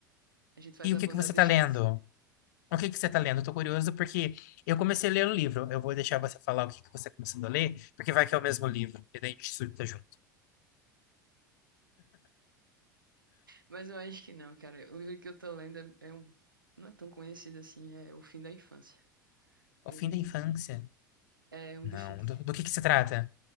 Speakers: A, on the right; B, on the left.
A: A gente faz
B: E
A: a
B: o que
A: banda
B: que você
A: à distância.
B: tá lendo? O que que você tá lendo? Eu tô curioso porque eu comecei a ler o livro. Eu vou deixar você falar o que que você tá começando a ler, porque vai que é o mesmo livro, e daí a gente surta junto.
A: Mas eu acho que não, cara. O livro que eu tô lendo é é um. Não é tão conhecido assim, é O Fim da Infância.
B: O
A: Ele
B: fim da infância?
A: é um
B: Não.
A: de fic...
B: Do, do que que se trata?